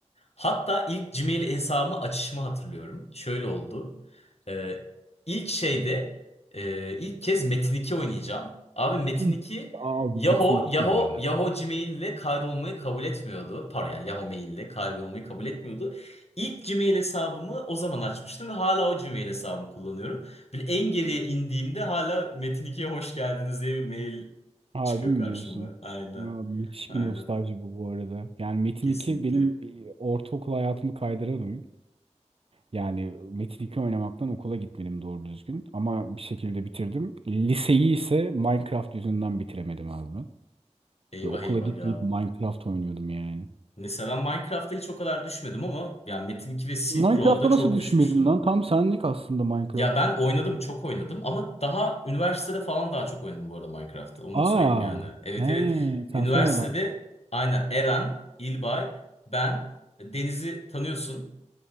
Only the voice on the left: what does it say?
Hatta ilk Gmail hesabımı açışımı hatırlıyorum. Şöyle oldu. Ee, ilk şeyde e, ilk kez Metin 2 oynayacağım. Abi Metin
2
Yahoo,
Yahoo, Yahoo Gmail ile kaydolmayı kabul etmiyordu. Pardon yani Yahoo Mail ile kaydolmayı kabul etmiyordu. İlk Gmail hesabımı o zaman açmıştım ve hala o Gmail hesabımı kullanıyorum. Böyle en geriye indiğimde hala Metin 2'ye hoş geldiniz diye bir mail
çıkıyor
karşıma.
Aynen.
Aynen.
Kesinlikle.
Eyvah
eyvah
ya.
Mesela ben Minecraft'ta hiç o kadar düşmedim ama yani Metin 2 ve Silk
Road'a çok
düşmüştüm.
Ya ben oynadım, çok oynadım ama daha üniversitede falan daha çok oynadım bu arada Minecraft'ta. Onu
da söyleyeyim yani. Evet
evet.
Üniversitede
aynen Eren, İlbay, ben, Deniz'i tanıyorsun.